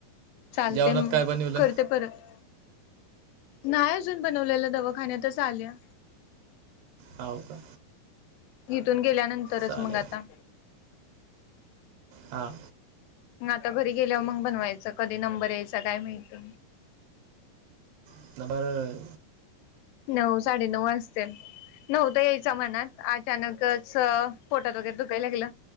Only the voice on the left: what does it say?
चालते
म
करते परत. नाही अजून बनवलेल दवाखान्यातच आल्या.
इिथून गेल्यानंतरच
मग आता.
म आता घरी गेल्यावर मग बनवायचं कधी नंबर यायचा काय माहिती.
नऊ साडेनऊ वाजत्यात नव्हतं यायच्या मनात अचानकच स पोटात वगैरे दुखाय लागलं.